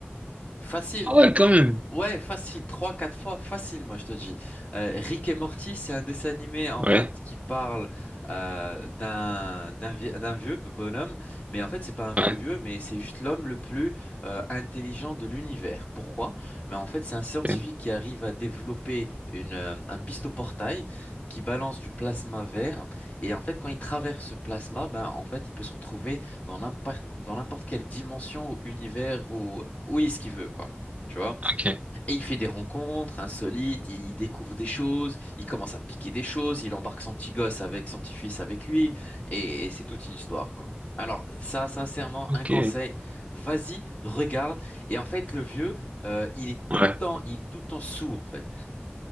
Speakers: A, on the left (about 35°); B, on the right (about 35°).
A: Facile.
B: Ah ouais, quand même.
A: Ouais, facile, trois, quatre fois, facile, moi je te dis. Euh, Rick et Morty, c'est un dessin animé en
B: Ouais,
A: fait qui parle euh, d'un d'un vie- d'un vieux bonhomme, mais en fait c'est pas un vieux
B: ouais,
A: vieux, mais c'est juste l'homme le plus euh, intelligent de l'univers. Pourquoi? Mais en fait c'est un scientifique
B: ok,
A: qui arrive à développer une euh, un pistoportail qui balance du plasma vert, et en fait quand il traverse ce plasma, ben en fait il peut se retrouver dans n'importe dans n'importe quelle dimension ou univers ou où est-ce qu'il veut quoi. Tu vois?
B: ok,
A: Et il fait des rencontres insolites, il il découvre des choses, il commence à piquer des choses, il embarque son petit gosse avec son petit-fils avec lui, et, et c'est toute une histoire, quoi. Alors ça, sincèrement,
B: ok,
A: un conseil, vas-y, regarde. Et en fait, le vieux, euh, il est tout
B: ouais.
A: le temps, il est tout le temps sourd, en fait.